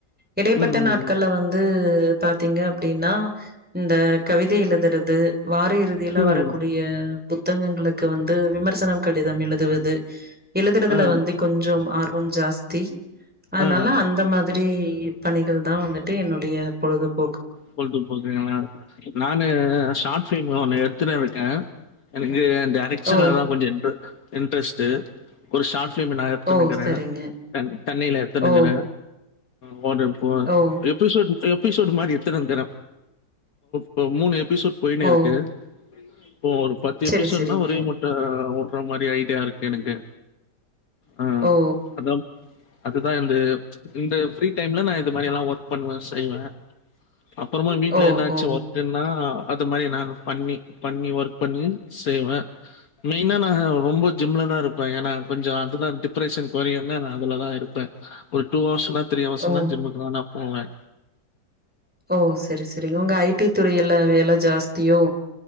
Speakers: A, in the centre; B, on the left (about 55°).
A: இடைபட்ட
B: ம், ம்,
A: நாட்கள்ல வந்து பாத்தீங்க அப்டினா இந்த கவித எழுதுறது வார இறுதியில
B: ம்,
A: வரக்குடிய ஃபுக் தங்கங்ளுக்கு வந்து விமர்சனம் கடிதம் எழுதுவது எழுதுறதுல
B: ஆ,
A: வந்துக் ஞம் ஆர்வம் ஜாஸ்தி அந்னால
B: ஆ,
A: அந்த மாதுரி இப் பணிகள் தா வந்துட் இ என்னுடிய பொழுதுப்
B: போல்டுபோல் <unintelligible> நானு ஷாட் பிலிம் ஒன்னு எத் துன இருக்க எனுக்கு டேரக்ஷன்லல்லான்
A: ஓ!
B: கொஞ்ச ன்ரு இன்ட்ரஸ்ட்டு ஒரு ஷார்ட்ப் ப்ளிம் நா எத்துன்னுகுற
A: ஓ! சரிங்க.
B: தண் தண்ணியில எத்துன்னுகுற
A: ஓ!
B: போடப் போர
A: ஓ!
B: எப்பிசோட்டு எப்பிசோடு மாரி இருக் துனுக்குற போ மூணு எப் பிசோட் போயினு
A: ஓ!
B: இருக்கு போ ஒரு பத்து
A: சரி,
B: எபிசோட்னா
A: சரிங்க.
B: ஒரே முட்ட றோ மாரி ஐடியா இருக்கு எனக்கு அ
A: ஓ!
B: அதா அதுதா எந்து இந்த ஃரீ டைம்ல நா இது மாரி எத்னா ஒர்க் பண்ணுவ செய்வ அப்பறமா வீட்ல
A: ஓ!
B: என்னாச்சு
A: ஓ!
B: ஒர்குன்னா அது மாரி நா பண்ணி பண்ணி ஒர்க் பண்ணி செய்வ மெய்னா நா ரொம்ப ஜிம்ல தான் இருப்பே ஏன்னா கொஞ்சோ அதுதா டிப்ரெஷன் கொறையும்னு நா அதுல தா இருப்பே ஒரு டூ ஹவர்ஸ் திரி அவர்ஸ்னா
A: ஓ!
B: ஜம்முக்கு தா நா போவ
A: ஒ செரி செரி உங்க ஐ டி துறையில வேல ஜாஸ்தியோ